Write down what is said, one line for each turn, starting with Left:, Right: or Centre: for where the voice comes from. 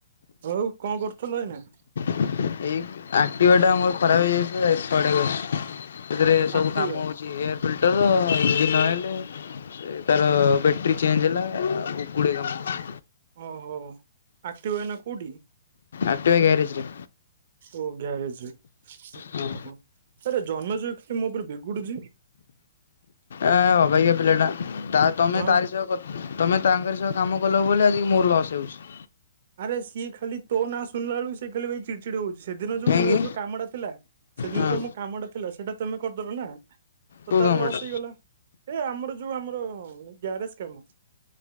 Right: ଆଉ କଣ କରୁଥିଲ ଏଇନା?
Left: ଏଇ ଏକ୍ଟିଭା ଟା ଆମର ଖରାପ ହୋଇଯାଇଛି ତ। <unintelligible> ସେଥିରେ ସବୁ
Right: ଆକ୍ଟିଭା
Left: କାମ ହଉଛି। ଏୟାର ଫିଲ୍ଟର, ଇଞ୍ଜିନ୍ ଅଏଲ, ସେ ତାର ବ୍ୟାଟେରୀ ଚେଞ୍ଜ ହେଲା ଗୁଡ଼େ କାମ।
Right: ଓହୋ! ଅକ୍ଟିଭା ଏଇନା କୋଉଠି?
Left: ଏକ୍ଟିଭା ଗ୍ୟାରେଜ ରେ।
Right: ଓ ଗ୍ୟାରେଜ ରେ
Left: ହଁ
Right: ଓହୋ! ଆରେ ଜନ୍ନଜ ଏ ମୋ ଉପରେ ବିଗୁଡୁଚି?
Left: ଆ ଅବଗିଆ ପିଲଟା। ତା ତମେ
Right: ହଁ
Left: ତାରି ସହ କ ତମେ ତାଙ୍କରି ସହ କାମ କଲ ବୋଲି ଆଜିିକି ମୋର ଲସ୍ ହେଉଛି।
Right: ଆରେ ସିଏ ଖାଲି ତୋ ନାଁ ଶୁଣିଲା ଏଳକୁ ସେ ଖାଲି ଭାଈ ଚିଡ୍ ଚିଡି ହଉଛି। ସେଦିନ ଯୋଉ
Left: କାହିଁକି
Right: ମୋର ଯୋଉ କାମଟା ଥିଲା, ସେଦିନ
Left: ହଁ
Right: ଯୋଉ ମୋ କାମଟା ଥିଲା, ସେଇଟା ତମେ କରିଦେଲ ନା। ତ
Left: କୋଉ
Right: ତାର
Left: କାମଟା
Right: ଲସ ହେଇଗଲା। ଏ ଆମର ଯୋଉ ଆମର ହଁ ଗ୍ୟାରେଜ କାମ